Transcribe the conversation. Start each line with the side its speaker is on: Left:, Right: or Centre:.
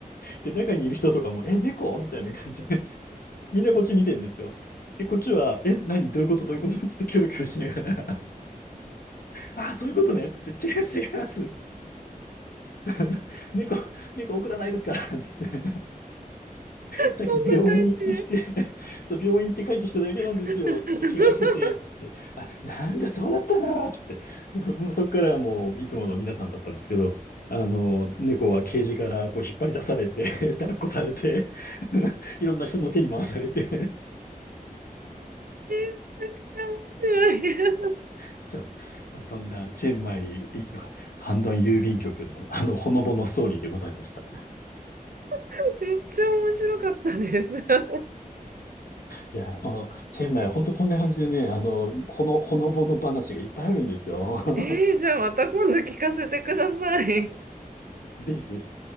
Left: で、中にいる人とかも、え、猫みたいな感じで、みんなこっち見てんですよ。で、こっちは、え、何どういうことどういうことつってキョロキョロしながらああ、そういうことね、つって、違います違います。つって <laughs> 猫、猫送らないですから、つって。
Right: そんな感じ。
Left: さっき病院に来てきて、そう、病院行って帰ってきただけなんですよ、
Right: <laughs>
Left: つって、怪我してて、つって。あ、なんだ、そうだったな、つって。もうそっからはもう、いつもの皆さんだったんですけど、あの、猫はケージからこう引っ張り出されて、<laughs> 抱っこされて、<laughs> いろんな人の手に回されて、
Right: えーめちゃくちゃ面白い。
Left: そう。まあ、そんな、チェンマイ、いハンドン郵便局の、あの、ほのぼのストーリーでございました。
Right: <laughs> めっちゃ面白かったです。
Left: いや、あの、チェンマイ、ほんとこんな感じでね、あの、ほの、ほのぼの話がいっぱいあるんですよ。
Right: <laughs> えーじゃあまた今度聞かせてください。
Left: <laughs> ぜひぜひ。